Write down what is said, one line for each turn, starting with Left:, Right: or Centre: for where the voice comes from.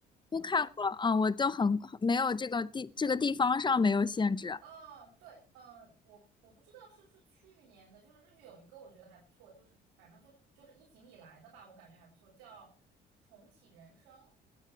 Left: 都看过，嗯，我都很没有这个地这个地方上没有限制。
Right: 哦，对，嗯、我我不知道是不是去年的，就是日剧有一个我觉得还不错，就是反正就就是疫情以来的吧，我感觉还不错，叫《重启人生》。